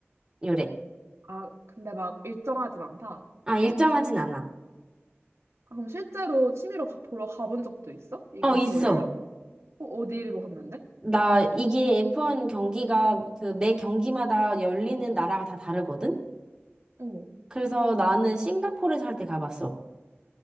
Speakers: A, on the right; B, on the right.
A: 요래.
B: 아, 근데 막 일정하진 않다.
A: 아, 일정하진 않아.
B: 아, 그럼 실제로 취미로 가, 보러 가본 적도 있어? 이거
A: 어, 있어.
B: 보려고? 어, 어디로 갔는데?
A: 나 이게 F1 경기가 그 매 경기마다 열리는 나라가 다 다르거든?
B: 어.
A: 그래서 나는 싱가포르 살 때 가봤어.